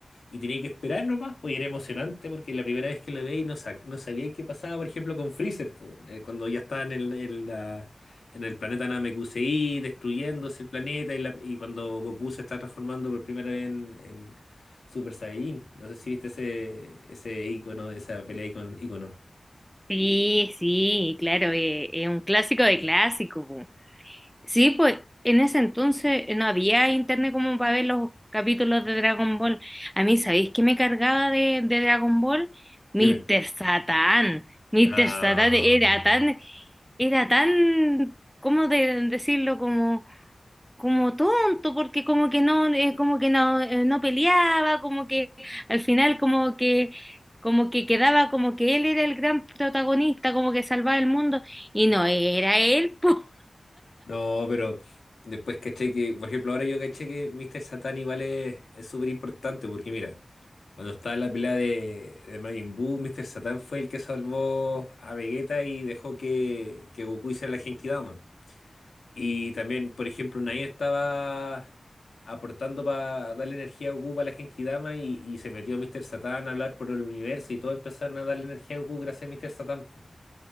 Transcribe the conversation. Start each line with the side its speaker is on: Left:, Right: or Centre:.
Left: Y tenía que esperar nomás, pues y era emocionante porque la primera vez que lo veía y no, sa- no sabía qué pasaba, por ejemplo, con Freezer, pues, eh, cuando ya estaba en el, en la- en el planeta Namekusei, destruyéndose el planeta y, la- y cuando Goku se está transformando por primera vez en, en Super Saiyajin. No sé si viste ese, ese icono, esa pelea icono, icono.
Centre: Sí, sí, claro, eh, es un clásico de clásicos. po. Sí, pues en ese entonces no había internet como para ver los capítulos de Dragon Ball. A mí, ¿sabéis qué me cargaba de, de Dragon Ball? Mr.
Left: Dime.
Centre: Satan. Mr.
Left: No.
Centre: Satan era tan era tan, ¿cómo de- decirlo? Como, como tonto, porque como que no, eh, como que no, eh, no peleaba, como que al final como que, como que quedaba como que él era el gran protagonista, como que salvaba el mundo, y no era él, <laughs> po.
Left: No, pero después caché que, por ejemplo, ahora yo caché que Mr. Satan igual es es súper importante porque mira, cuando estaba la pelea de, de Majin Buu, Mr. Satan fue el que salvó a Vegeta y dejó que, que Goku hiciera la Genkidama. Y también, por ejemplo, Nai estaba aportando para darle energía a Goku para la Genkidama y, y se metió Mr. Satan a hablar por el universo y todo empezaron a darle energía a Goku gracias a Mr. Satan. pues.